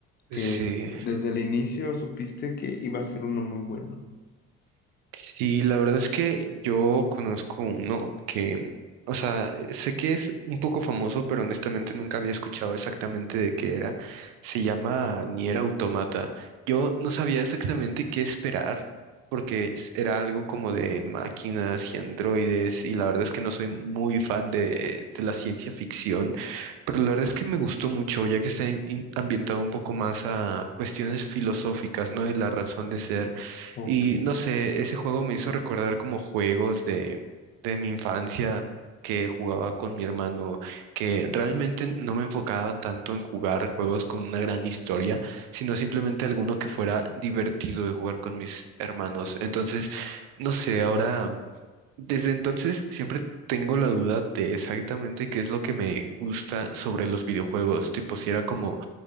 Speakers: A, on the left; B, on the right.
A: que
B: Sí.
A: este, desde el inicio supiste que iba a ser uno muy bueno.
B: Sí, la verdad es que yo conozco uno que, o sea, sé que es un poco famoso, pero honestamente nunca había escuchado exactamente de qué era. Se llama Nier Automata. Yo no sabía exactamente qué esperar, porque es- era algo como de máquinas y androides, y la verdad es que no soy muy fan de, de la ciencia ficción, pero la verdad es que me gustó mucho, ya que está in- in- ambientado un poco más a cuestiones filosóficas, ¿no? Y la razón de ser.
A: Ok,
B: Y no sé, ese juego me hizo recordar como juegos de, de mi infancia que jugaba con mi hermano, que realmente no me enfocaba tanto en jugar juegos con una gran historia, sino simplemente alguno que fuera divertido de jugar con mis hermanos. Entonces, no sé, ahora, desde entonces siempre tengo la duda de exactamente qué es lo que me gusta sobre los videojuegos, tipo si era como